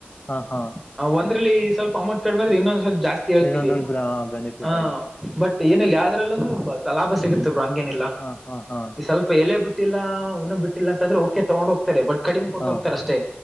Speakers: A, on the left (about 40°); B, in the centre.
A: ಹಾ ಹಾ
B: ಒಂದ್ರಲ್ಲಿ ಸ್ವಲ್ಪ ಅಮೌಂಟ್ ಕಡಿಮೆ ಬಿದ್ರು ಇನ್ನೊಂದ್ ಜಾಸ್ತಿ ಹೇಳ್ತೀವಿ
A: ಇನ್ನೊಂದೊಳ ಬೆನಿಫಿಟ್
B: ಹ
A: ಆಗ
B: ಬಟ್ ಏನಿಲ್ಲ ಯಾವ್ದ್ರಲ್ಲಂದ ಸಲಾಭ ಸಿಗುತ್ತ ಬರು ಹಂಗೇನಿಲ್ಲ
A: ಹಾ ಹಾ ಹಾ
B: ಈ ಸ್ವಲ್ಪ ಎಲೆ ಬಿಟ್ಟಿಲ್ಲ ಇನ್ನ ಬಿಟ್ಟಿಲ್ಲ ಅಂತಂದ್ರೆ ಓಕೆ ತಗೊಂಡ್ ಹೋಗ್ತಾರೆ ಬಟ್ ಕಡಿಮೆ ಕೊಟ್ಟ
A: ಹಾ
B: ಹೋಗ್ತಾರೆ ಅಷ್ಟೇ